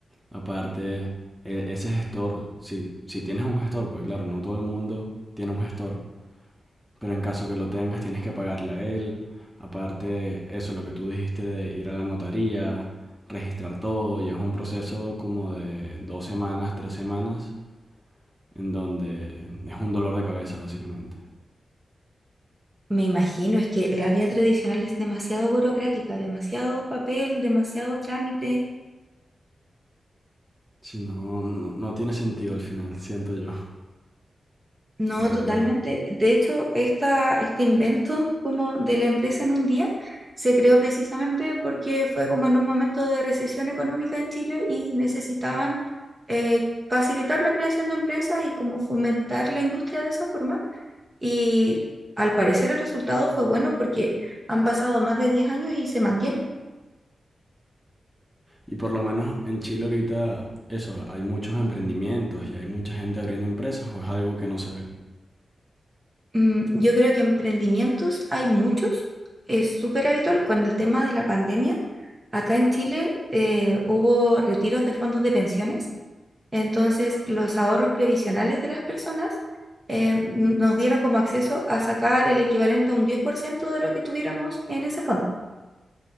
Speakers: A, in the centre; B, on the right (about 25°).
A: Aparte, e- ese gestor, si, si tienes un gestor, pues claro, no todo el mundo tiene un gestor, pero en caso que lo tengas, tienes que pagarle a él. Aparte, eso, lo que tú dijiste de ir a la notaría, registrar todo, y es un proceso como de dos semanas, tres semanas en donde es un dolor de cabeza, básicamente.
B: Me imagino, es que la vía tradicional es demasiado burocrática, demasiado papel, demasiado trámite.
A: Si no, no, no tiene sentido al final, <laughs> siento yo,
B: No,
A: la verdad.
B: totalmente. De hecho, esta, este invento como de la empresa en un día se creó precisamente porque fue como en un momento de recesión económica en Chile y necesitaban eh, facilitar la creación de empresas y como fomentar la industria de esa forma. Y al parecer el resultado fue bueno porque han pasado más de 10 años y se mantiene.
A: Y por lo menos en Chile ahorita, eso, hay muchos emprendimientos y hay mucha gente abriendo empresas o es algo que no se ve.
B: Mm, Yo creo que emprendimientos hay muchos, es súper habitual con el tema de la pandemia. Acá en Chile eh, hubo retiros de fondos de pensiones, entonces los ahorros previsionales de las personas eh, n- nos dieron como acceso a sacar el equivalente a un 10% de lo que tuviéramos en ese fondo.